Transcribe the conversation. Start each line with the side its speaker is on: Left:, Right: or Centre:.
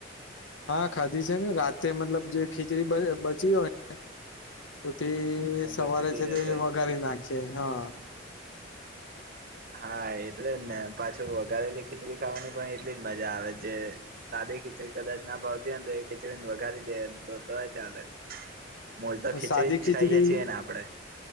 Left: હા ખાધી છે ને રાતે મતલબ જે ખીચડી બરી બચી હોય ને તો તે
Right: અને
Left: એ સવારે
Right: બચતી
Left: છે
Right: જશે
Left: તે વઘારી નાખીએ હા
Right: હા એટલે જ ને પાછું વઘારેેલી ખીચડી ખાવાની પણ એટલી જ મજા આવે જે સાદી ખીચડી કદાચ ના ભાવતી હોય ને તો એ ખીચડીને વઘારી દે તો તોય ચાલે. મોજ <unintelligible> ખીચડી
Left: સાદી
Right: જ
Left: ખીચડી
Right: ખાઈએ છે ને આપડે.